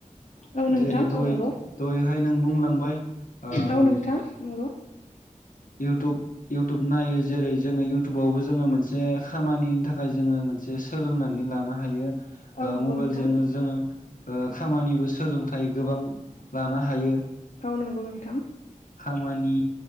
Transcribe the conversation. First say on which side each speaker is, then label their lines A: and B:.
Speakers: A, on the left; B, on the left.
A: औ नोंथां
B: जेरै दय
A: नंगौ
B: दय नथाय नों बुंलांबाय आं
A: औ नोंथां नंगौ
B: इउटुब इउटुब नायो जेरै जोङो इउटुबावबो जोङो मोनसे खामानिनि थाखाय जोङो मोनसे सोलोंनानै लानो हायो
A: औ नंगौ
B: मबाइलजों
A: नोंथां
B: जोङो खामानिबो सोलोंथाइ गोबां लानो हायो।
A: औ नंगौ नोंथां
B: खामानि